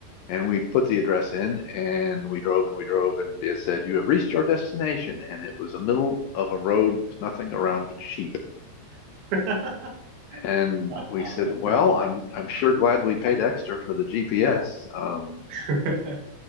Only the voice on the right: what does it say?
<laughs>
Wow,
wow,
that's
so funny.
<laughs>